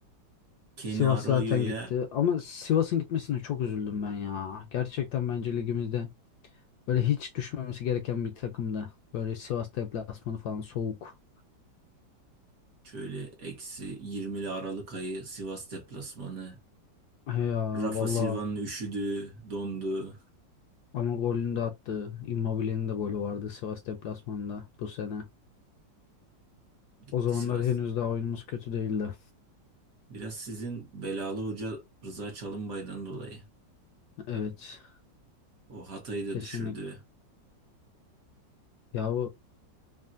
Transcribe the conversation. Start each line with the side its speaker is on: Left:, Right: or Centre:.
Right: Kenny
Left: Sivas
Right: Arroyo'ya
Left: zaten gitti. Ama Sivas'ın gitmesine çok üzüldüm ben ya. Gerçekten bence ligimizde böyle hiç düşmemesi gereken bir takımdı. Böyle Sivas deplasmanı falan soğuk.
Right: Şöyle eksi 20'li Aralık ayı Sivas deplasmanı.
Left: He Ya
Right: Rafa
Left: valla.
Right: Silva'nın üşüdü, dondu.
Left: Ama golünü de attı. Immobile'nin de golü vardı Sivas deplasmanında bu sene.
Right: Gitti
Left: O zamanlar
Right: Sivas.
Left: henüz daha oyunumuz kötü değildi.
Right: Biraz sizin belalı hoca Rıza Çalınbay'dan dolayı.
Left: Evet.
Right: O Hatay'ı da
Left: Kesinlikle.
Right: düşürdü.
Left: Ya